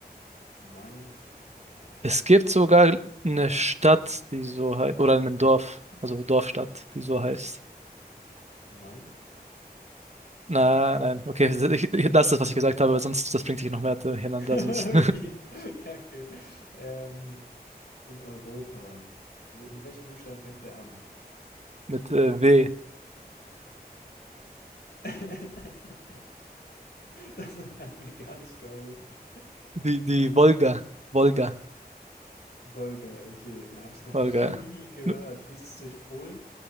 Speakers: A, on the left; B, on the right.
A: Mein vielleicht. Nee, der ist
B: Es
A: auch nicht
B: gibt
A: lang,
B: sogar
A: oder?
B: eine Stadt, die so heißt, oder ein Dorf, also Dorfstadt, die so heißt.
A: Mein? <laughs>
B: Na, nein, okay, <laughs> ich, ich lasse das, was ich gesagt habe, weil sonst das bringt dich noch mehr durcheinander,
A: Okay,
B: sonst
A: <laughs> kacke. Ähm, in Europa. Mit welchem Buchstaben fängt der an?
B: <laughs> mit äh, W.
A: <laughs> Das hat mir gar nicht geholfen.
B: Die, die Wolga, Wolga,
A: Wolga, okay, da habe ich noch
B: Wolga.
A: <laughs> nie gehört.
B: Ja,
A: Fließt es durch Polen?